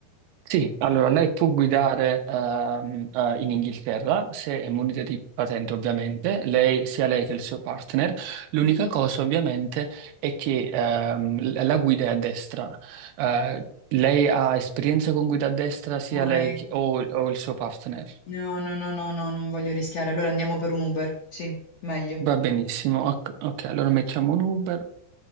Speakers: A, on the right; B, on the left.
A: Sì, allora lei può guidare ehm, eh, in Inghilterra, se è munita di patente ovviamente, lei, sia lei che il suo partner. L'unica
B: Mhm.
A: cosa ovviamente è che ehm, l- la guida è a destra. Eh, lei ha esperienza con guida a destra, sia
B: No,
A: lei
B: ecco.
A: che- o o il suo partner?
B: No, no, no, no, no, non voglio rischiare, allora andiamo per un Uber, sì, meglio.
A: Va benissimo. Ok, ok, allora mettiamo un Uber.